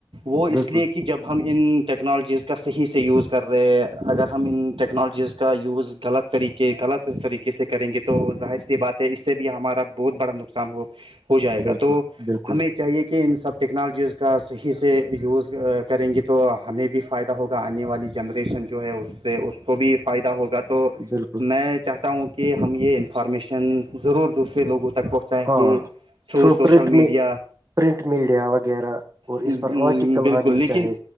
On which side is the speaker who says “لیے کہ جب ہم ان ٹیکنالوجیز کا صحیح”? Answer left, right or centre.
Right